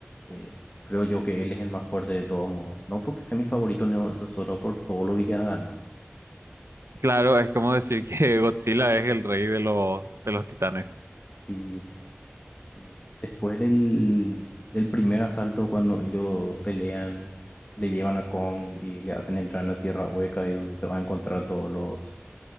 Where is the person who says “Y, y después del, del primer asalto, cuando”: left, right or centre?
Left